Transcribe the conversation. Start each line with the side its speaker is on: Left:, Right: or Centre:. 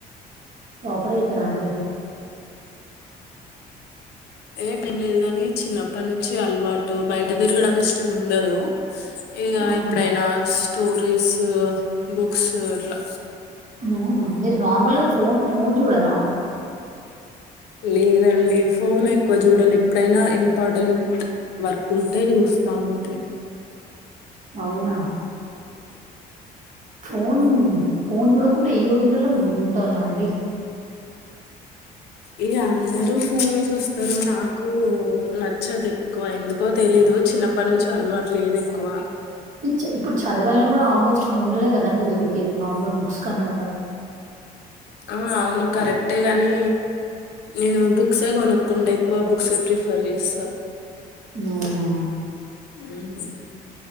Right: టాపర్ అయితరాండి.
Left: ఏ టైం లేదు గాని చిన్నప్పటి నుంచి అలవాటు బయట తిరగడం ఇష్టం ఉండదు. ఇగ
Right: అవును.
Left: ఎప్పుడైనా స్టోరీస్ బుక్స్ అట్లా.
Right: అవునా! మీరు నార్మల్‌గా ఫోను ఫోను చూడరా?
Left: లేదండి ఫోన్ ఎక్. ఎక్కువ చూడని ఎప్పుడైనా ఇంపార్టెంట్. వర్క్ ఉంటే చూస్తా అంతే.
Right: అవునా! ఫోన్ ఫోన్ చూడకుంటే ఈ రోజులలో ఉంటారా అండి.
Left: ఇగ అందరూ ఫోన్ చూస్తారు. నాకు నచ్చదు ఎక్కువ ఎందుకో తెలీదు. చిన్నప్పటి నుంచి అలవాటు లేదు ఎక్కువ.
Right: ఇచ్ ఇప్పుడు చదువైనా కూడా ఆల్మోస్ట్ ఫోన్లనే కదా. కదండి దొరికేది నార్మల్ బుక్స్ కన్నా కూడా.
Left: ఆహ్ అవును కరెక్టే గాని నేను బుక్సే కొనుక్కుంటా. ఎక్కువ బుక్సే ప్రిఫర్ చేస్తా.
Right: అవునా.
Left: ఉమ్.